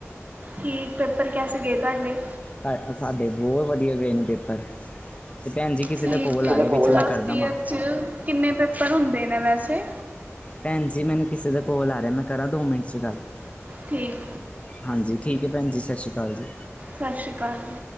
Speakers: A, on the right (about 30°); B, on the left (about 25°).
A: ਕੀ ਪੇਪਰ ਕੈਸੇ ਗਏ ਤੁਹਾਡੇ?
B: ਤਾਂ ਸਾਡੇ ਬਹੁਤ ਵਧੀਆ ਗਏ ਨੇ ਪੇਪਰ। ਤੇ ਭੈਣ ਜੀ ਕਿਸੇ
A: ਠੀਕ
B: ਦਾ ਕੋਲ
A: ਹੈ
B: ਆ ਰਿਹਾ ਵਿੱਚ ਮੈਂ
A: ਲਾਸਟ
B: ਕਰਦਾ
A: ਈਅਰ
B: ਵਾਂ।
A: ਚ ਕਿੰਨੇ ਪੇਪਰ ਹੁੰਦੇ ਨੇ ਵੈਸੇ।
B: ਭੈਣ ਜੀ ਮੈਨੂੰ ਕਿਸੇ ਦੇ ਕੋਲ ਆ ਰਿਹਾ ਮੈਂ ਕਰਾਂ ਦੋ ਮਿੰਟ ਚ ਗੱਲ।
A: ਠੀਕ।
B: ਹਾਂਜੀ, ਠੀਕ ਹੈ ਭੈਣ ਜੀ ਸਤਿ ਸ਼੍ਰੀ ਅਕਾਲ ਜੀ।
A: ਸਤਿ ਸ੍ਰੀ ਅਕਾਲ ਜੀ।